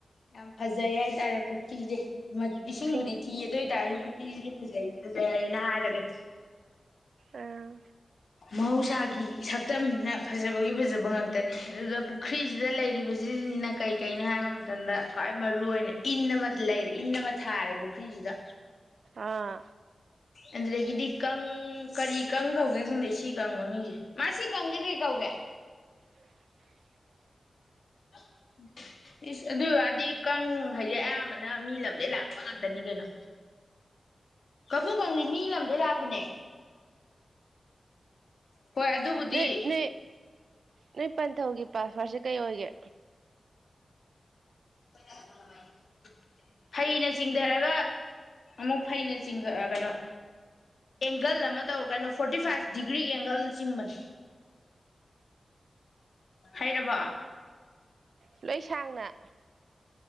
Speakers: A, on the left; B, on the right.
A: ꯌꯥꯝ ꯐꯖꯩ ꯍꯥꯏꯇꯥꯔꯦ ꯄꯨꯈꯤꯖꯦ ꯃꯥꯠ ꯏꯁꯤꯡꯕꯨꯗꯤ
B: ꯁꯤꯡ
A: ꯊꯤ ꯑꯗꯨ ꯑꯣꯏ ꯇꯥꯔꯖꯨ ꯄꯨꯛ <unintelligible> ꯐꯖꯩ ꯐꯖꯔꯦꯅ ꯍꯥꯏꯔꯒꯦ
B: ꯑꯥ
A: ꯃꯍꯧꯁꯥꯒꯤ ꯁꯛꯇꯝꯅꯤꯅ ꯐꯖꯕꯒꯤ ꯐꯖꯕ ꯉꯥꯛꯇꯅꯤ ꯑꯗꯨꯗꯨꯅ ꯄꯨꯈ꯭ꯔꯤꯖꯤꯗ ꯂꯩꯔꯤꯕ ꯖꯤꯖꯤꯅ ꯀꯩ ꯀꯩꯅꯣ ꯍꯥꯏꯕ ꯃꯇꯝꯗ ꯈ꯭ꯋꯥꯏ ꯃꯔꯨ ꯑꯣꯏꯅ ꯏꯟ ꯑꯃꯗꯤ ꯂꯩꯔꯦ ꯏꯟ ꯑꯃ ꯊꯥꯔꯦ ꯄꯨꯈ꯭ꯔꯤꯖꯤꯗ
B: ꯑꯥ
A: ꯑꯗꯨꯗꯥꯒꯤꯗꯤ ꯀꯪ ꯀꯔꯤ ꯀꯪ ꯀꯧꯒꯦ ꯈꯪꯗꯦ ꯁꯤ ꯀꯪ ꯃꯃꯤꯡꯖꯦ ꯃꯥꯁꯤ ꯀꯪꯖꯤ ꯀꯩ ꯀꯧꯒꯦ
B: <unintelligible>
A: <unintelligible> ꯏꯁ ꯑꯗꯨꯏ ꯋꯥꯗꯤ ꯀꯪ ꯍꯥꯏꯁꯦ ꯑꯌꯥꯝꯕꯅ ꯃꯤ ꯂꯝꯗꯩ ꯂꯥꯛꯄ ꯉꯥꯛꯇꯅꯤ ꯀꯩꯅꯣ ꯀꯕꯣ ꯀꯥꯡꯁꯤ ꯃꯤ ꯂꯝꯗꯩ ꯂꯥꯛꯄꯅꯦ ꯍꯣꯏ ꯑꯗꯨꯕꯨꯗꯤ
B: ꯅꯣꯏ ꯅꯣꯏ ꯅꯣꯏ ꯄꯟꯊꯧꯒꯤ ꯄꯥꯁꯋꯥꯔꯠꯁꯦ ꯀꯩ ꯑꯣꯏꯒꯦ
A: <unintelligible> ꯐꯩꯅ ꯆꯤꯡꯊꯔꯒ ꯑꯃꯨꯛ ꯐꯩꯅ ꯆꯤꯡ ꯀꯩꯅꯣ ꯑꯦꯡꯒꯜ ꯑꯃ ꯇꯧ ꯀꯩꯅꯣ ꯐꯣꯔꯇꯤ ꯐꯥꯏꯚ ꯗꯤꯒ꯭ꯔꯤꯒꯤ ꯑꯦꯡꯒꯜꯅ ꯆꯤꯡꯕꯅꯤ ꯍꯩꯔꯕ
B: ꯂꯣꯏ ꯁꯥꯡꯅ